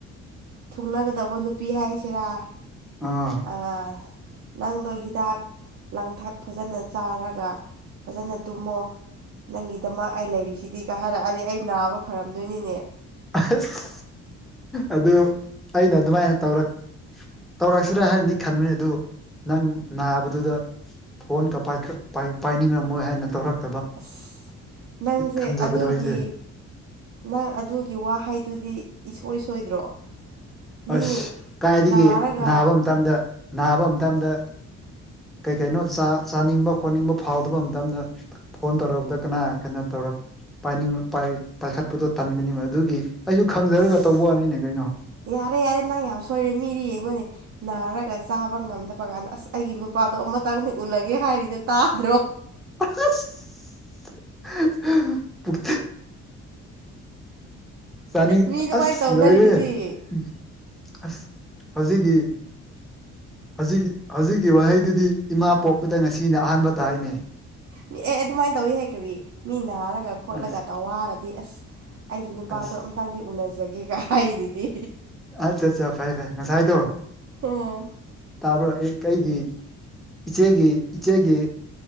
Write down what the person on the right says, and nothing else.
ꯊꯨꯡꯅꯒꯗꯕ ꯅꯨꯄꯤ ꯍꯥꯏꯁꯤꯔꯥ
ꯑꯥ ꯅꯪꯗꯣ ꯍꯤꯗꯥꯛ ꯂꯥꯡꯊꯛ ꯐꯖꯅ ꯆꯥꯔꯒ ꯐꯖꯅ ꯇꯨꯝꯃꯣ ꯅꯪꯒꯤꯗꯃꯛ ꯑꯩ ꯂꯩꯔꯤꯁꯤꯗꯤ ꯀꯥ ꯍꯥꯏꯔꯛꯑꯗꯤ ꯑꯩ ꯅꯥꯕ ꯐꯔꯝꯗꯣꯏꯅꯤꯅꯦ
ꯑꯁ ꯅꯪꯁꯦ
ꯑꯗꯨꯒꯤ
ꯅꯪ ꯑꯗꯨꯒꯤ ꯋꯥꯍꯩꯗꯨꯗꯤ ꯏꯁꯣꯏ ꯁꯣꯏꯗ꯭ꯔꯣ ꯃꯤ
ꯅꯥꯔꯒ
ꯑꯁ
ꯌꯥꯔꯦ ꯌꯥꯔꯦ ꯅꯪ ꯌꯥꯝ ꯁꯣꯏꯔꯦ ꯃꯤꯗꯤ ꯌꯦꯡꯉꯨꯅꯦ ꯅꯥꯔꯒ ꯆꯥꯕ ꯉꯝꯗꯕ ꯀꯥꯟꯗ ꯑꯁ ꯑꯩꯒꯤ ꯅꯨꯄꯥꯗꯣ ꯑꯃꯨꯇꯪꯗꯤ ꯎꯅꯒꯦ ꯍꯥꯏꯔꯤꯗꯣ ꯇꯥꯗ꯭ꯔꯣ
ꯃꯤ ꯑꯗꯨꯃꯥꯏꯅ
ꯇꯧꯅꯔꯤꯗꯨꯗꯤ
ꯃꯤ ꯑꯦ ꯑꯦ ꯑꯗꯨꯃꯥꯏꯅ ꯇꯧꯋꯤ ꯍꯥꯏ ꯀꯔꯤ ꯃꯤ ꯅꯥꯔꯒ ꯈꯣꯠꯂꯒ
ꯇꯧ ꯍꯥꯏꯔꯗꯤ ꯑꯁ ꯑꯩꯒꯤ ꯅꯨꯄꯥꯗꯣ
ꯑꯝꯇꯪꯗꯤ ꯎꯅꯖꯒꯦꯒ ꯍꯥꯏꯔꯤꯗꯨꯗꯤ
ꯍꯝ